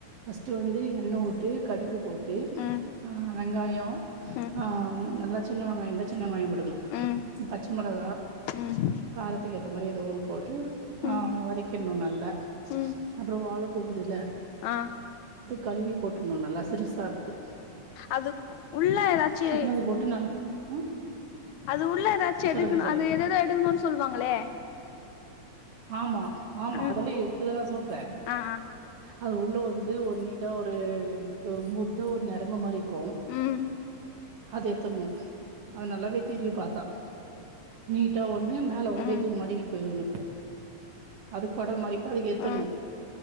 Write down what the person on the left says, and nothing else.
ம்
ம்
ம்
ம்
ம்
ம்
ஆ
அது உள்ள ஏதாச்சு
அது உள்ள ஏதாச்சி எடுக்கனு
அது எததோ எடுக்கணுன்னு சொல்லுவாங்களே
ம்
ஆ
ம்
ம்
ம்